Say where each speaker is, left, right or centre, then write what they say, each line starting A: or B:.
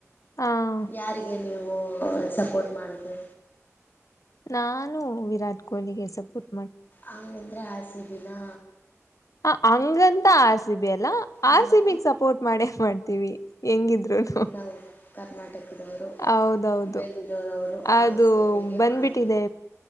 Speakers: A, on the left; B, on the left.
A: ಹಾ
B: ಯಾರಿಗೆ ನೀವು ಸಪೋರ್ಟ್ ಮಾಡದು
A: ನಾನು ವಿರಾಟ್ ಕೊಹ್ಲಿಗೆ ಸಪುಟ್
B: ಅಂಗಂದ್ರೆ ಆಸಿಬಿನಾ
A: ಹ ಹಂಗಂತ ರ ಸಿ ಬಿ ಲ್ಲ ಆರ್
B: ಇಲ್ಲದೆ
A: ಸಿಮಗ್ ಸಪೋರ್ಟ್ ಮಾಡೇ ಮಾಡ್ತೀವಿ ಹೆಂಗಿದ್ರುನು
B: ನಾವು ಕರ್ನಾಟಕದವರು
A: ಹೌದೌದು
B: ಬೆಂಗಳೂರವರು
A: ಅದು
B: ಆರ್ ಸಿ ಬಿಗೆ
A: ಬಂದ್ಬಿಟ್ಟಿದೆ
B: ಮಾಡಿದ್ವಿ